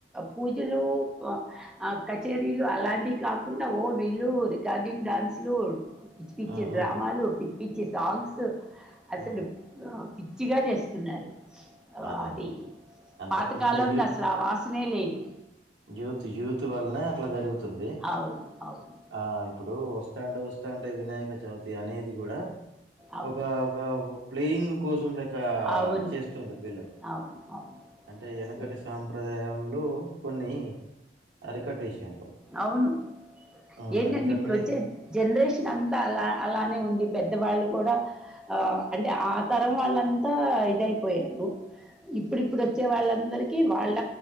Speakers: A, in the centre; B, on the right (about 80°).
A: పూజలు ఆ కచేరీలు అలాంటివి కాకుండా ఓ వీళ్ళు రికార్డింగ్ డాన్స్ లు పిచ్చి పిచ్చి
B: ఆ
A: డ్రామాలు
B: ఆ
A: పిచ్చి పిచ్చి సాంగ్స్ అసలు
B: ఆ
A: పిచ్చిగా చేస్తున్నారు
B: అదే
A: అది
B: అదే అంత
A: పాతకాలం
B: అంత యూ
A: దసలు వాస నె లేదు
B: యూత్ యూత్ వల్ల అట్లా జరుగుతుంది
A: అవును అవును
B: ఆ ఇప్పుడు వస్తాంటే వస్తాంటే వినాయక చవితి అనేది కూడా
A: అవును
B: ఒక ఒక ప్లేయింగ్ కోసం లేక
A: అవును
B: చేస్తుండు పిల్లలు
A: అవును అవును
B: అంటే వెనకటి
A: స-
B: సాంప్రదాయంలో కొన్ని అరికట్టేసారు వాళ్ళు
A: అవును
B: ఆ
A: ఏంటండి
B: ఇంకా
A: ఇప్పుడు
B: మీ
A: వచ్చే జనరేషన్ అంతా అలా అలానే ఉంది పెద్దవాళ్ళు కూడా అంటే ఆ తరం వాళ్ళంతా ఇదయిపోయారు ఇప్పుడిప్పుడు వచ్చే వాళ్ళందరికిీ వాళ్ళ